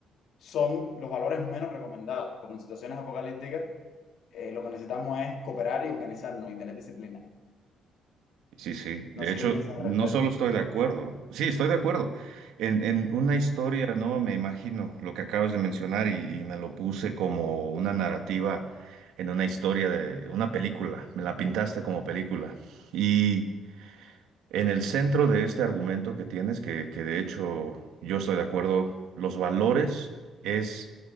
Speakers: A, on the left (about 55°); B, on the right (about 85°).
A: son los valores menos recomendados, porque en situaciones apocalípticas eh, lo que necesitamos es cooperar y organizarnos y tener disciplina.
B: Sí, sí. De
A: No
B: hecho,
A: sé qué piensas
B: no
A: al respecto.
B: solo estoy de acuerdo, sí, estoy de acuerdo. En, en una historia, ¿no? Me imagino lo que acabas de mencionar y, y me lo puse como una narrativa en una historia de una película. Me la pintaste como película. Y en el centro de este argumento que tienes, que, que de hecho yo estoy de acuerdo, los valores es